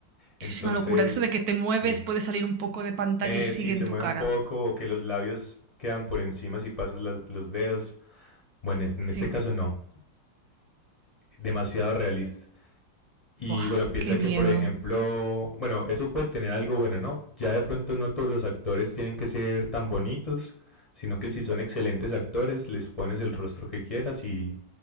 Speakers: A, on the right; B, on the left.
A: Es
B: entonces,
A: que es una locura. Eso de que te mueves,
B: sí.
A: puede salir un poco de pantalla
B: Eh,
A: y sigue
B: si se
A: en
B: mueve
A: tu cara.
B: un poco o que los labios quedan por encima si pasas las- los dedos. Bueno, en
A: Sí.
B: este caso no. Demasiado realista. Y
A: Buah,
B: bueno, piensa
A: qué miedo.
B: que, por ejemplo, bueno, eso puede tener algo bueno, ¿no? Ya de pronto no todos los actores tienen que ser tan bonitos, sino que si son excelentes actores, les pones el rostro que quieras y